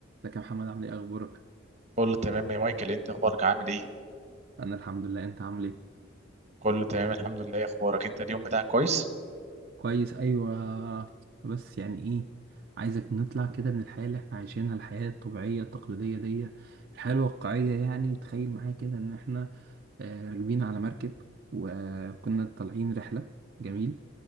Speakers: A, on the right; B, on the right.
A: ازيك يا محمد عامل ايه اخبارك
B: كله تمام يا مايكل إيه انت اخبارك عامل ايه
A: انا الحمد لله انت عامل ايه
B: كله تمام الحمد لله اخبارك انت اليوم بتاعك كويس
A: كويس ايوه بس يعني ايه عايزك نطلع كده من الحياه اللي احنا عايشينها الحياه الطبيعيه التقليديه دي الحياه الواقعيه يعني وتخيل معايا كده ان احنا آه، راكبين على مركب وكنا طالعين رحله جميل